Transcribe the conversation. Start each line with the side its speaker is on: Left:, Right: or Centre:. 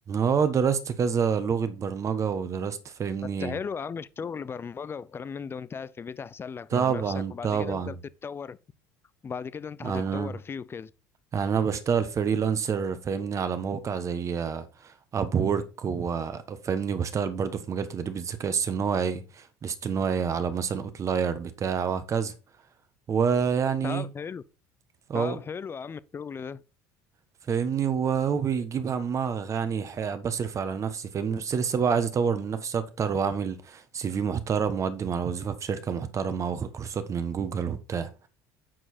Right: اه درست كذا لغة برمجة ودرست فاهمني
Left: بس حلو يا عم الشغل برمجة والكلام من ده وأنت قاعد في بيت أحسن لك
Right: طبعا
Left: مع نفسك وبعد
Right: طبعا
Left: كده أنت بتتطور بعد كده انت هتتطور
Right: انا
Left: فيه وكده
Right: يعني انا بشتغل فريلانسر فاهمني على موقع زي اب وورك وفاهمني وبشتغل برضو في مجال تدريب الذكاء الصناعي الاصطناعي على مثلا اوتلاير بتاع وهكذا ويعني
Left: طب
Right: ايه
Left: حلو
Right: اه
Left: طب حلو يا عم الشغل ده
Right: فاهمني وهو بيجيب همها يعني ح- بصرف على نفسي فاهمني بس لسه بقى عايز اطور من نفسي اكتر واعمل سي في محترم واقدم على وظيفة في شركة محترمة واخد كورسات من جوجل وبتاع